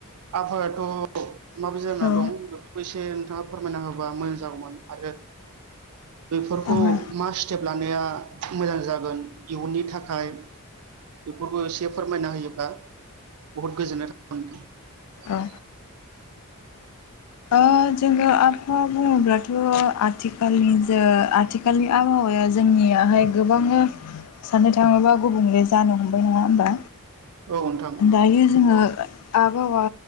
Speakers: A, on the right; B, on the left.
A: आबहावायाथ' माबायदि जाना
B: औ
A: दं बेफोरखौ नोंथाङा फोरमायना होबा मोजां जागौमोन आरो बेफोरखौ
B: ओहो
A: मा स्टेप लानाया मोजां जागोन इयुननि थाखाय बेफोरखौ एसे फोरमायना होयोबा बहुद गोजोननाय थागोन
B: औ ओ जोङो आबहावा बुङोब्लाथ' आथिखालनि जो आथिखालनि आबहावाया जों नियाहाय गोबांनो साननो थाङोबा गुबुंले जानो हमबाय नङा होमबा
A: औ नोंथां
B: दायो जोङो ओ आबहावा